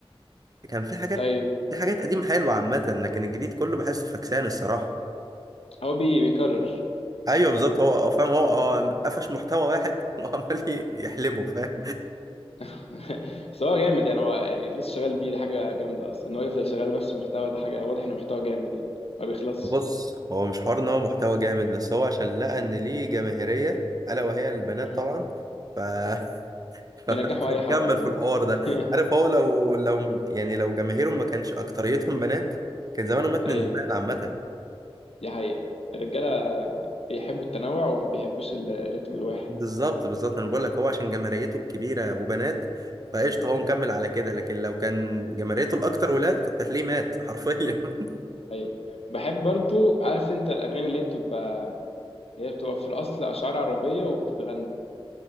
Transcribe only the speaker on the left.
طيب
هو بي بيكرر
<laughs> بس هو جامد يعني هو يعني لسه شغال بيه دي حاجه جامده اصلا ان هو يفضل شغال بنفس المحتوى ده حاجه واضح انه محتوى جامد يعني ما بيخلصش
مم.
بينجحوا اي
حد والله
<laughs>
ايوه
دي حقيقه الرجاله بيحبوا التنوع وما بيحبوش ال- الريتم الواحد
ايوه بحب برضو عارف انت الاغاني اللي هي بتبقى هي بتبقى في الاصل اشعار عربيه وبتتغنى